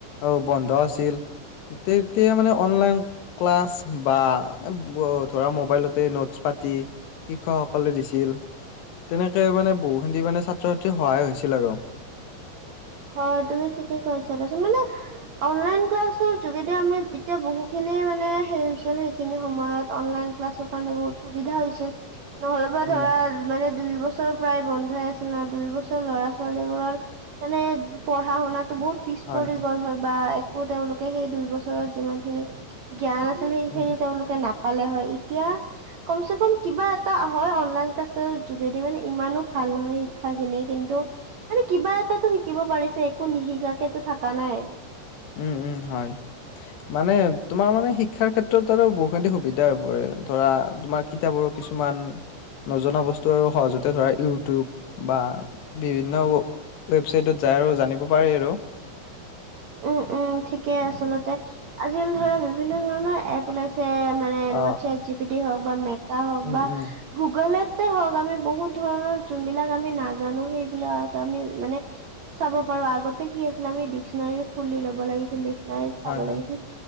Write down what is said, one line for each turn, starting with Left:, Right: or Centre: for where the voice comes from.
Left: অও বন্ধ আছিল। তেত তিয়া মানে অনলাইন ক্লাছ বা ব ধৰা মোবাইলতে নোটছ পাতি শিক্ষকসকলে দিছিল। তেনেকে মানে বহু খিন্দি মানে ছাত্ৰ ছাত্ৰী সহায় হৈছিল আৰ।
Right: হয় তুমি ঠিকে কৈছা দেচোন মানে অনলাইন ক্লাছৰ যোগেদিও আমি এতিয়া বহুখিনি মানে সেই হৈছিল সেইখিনি সময়ত অনলাইন ক্লাছৰ কাৰণে বহুত সুবিধা হৈছে নহ'লেবা
Left: উম
Right: ধৰা মানে দুই বছৰ প্ৰায় বন্ধই আছে ন দুই বছৰ ল'ৰা ছোৱালীবোৰৰ মানে পঢ়া শুনাতো বহুত পিছ
Left: হয়
Right: পৰি গ'ল হয় বা একো তেওঁলোকে সেই দুই বছৰত যিমান খিনি জ্ঞান আছিল সেইখিনি
Left: উম
Right: তেওঁলোকে নাপালে হয় ইতিয়া কমচে কম কিবা এটা হয় অনলাইন। শিষ্টাচাৰ যোগেদি মানে ইমানো ভাল নহয় শিক্ষা খিনি কিন্তু মানে কিবা এটাটো শিক- শিকিব পাৰিছে একো নিশিকাকেতো থাকা নাই।
Left: উম উম হয়। মানে তোমাৰ মানে শিক্ষাৰ ক্ষেত্ৰত আৰু বহুখিনি সুবিধা হৈ পৰে ধৰা তোমাৰ কিতাপৰো কিছুমান নজনা বস্তু আৰু সহজতে ধৰা ইউটিউব বা বিভিন্ন ব- ৱেবচাইটত যায় আৰু জানিব পাৰি আৰু।
Right: উম উম ঠিকেই আচলতে আজিকালি ধৰা
Left: উম
Right: বিভিন্ন ধৰণৰ এপ ওলাইছে মানে এনেকুৱা
Left: অহ
Right: চেক জি পি ডি হওক বা মেটা হওক
Left: উম
Right: বা
Left: উম
Right: গুগলতে হওক আমি বহুত ধৰণৰ যোনবিলাক আমি নাজানো সেইবিলাক আমি মানে চাব পাৰো আগতে কি আছিলে আমি ডিক্সনাৰী খুলি ল'ব লাগিছিল ডিক্সনাৰীত চাব
Left: হয় হয়
Right: লাগিছিল,